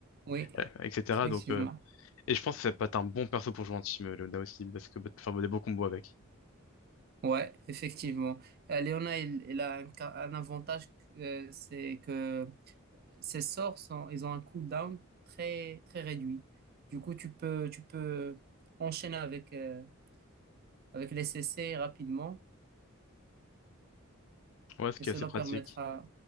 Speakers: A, on the right; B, on the left.
A: Oui,
B: euh, etc.
A: effectivement.
B: Donc, euh, Et je pense que ça peut être un bon perso pour jouer en team, euh, Leona aussi, parce que bah, tu peux faire des beaux combos avec.
A: Ouais, effectivement. Euh, Léona, il, il a un, ca- un avantage, euh, c'est que ses sorts sont, ils ont un cooldown très très réduit. Du coup, tu peux tu peux enchaîner avec euh, avec les CC rapidement
B: Ouais, ce qui
A: et cela
B: est assez pratique.
A: permettra.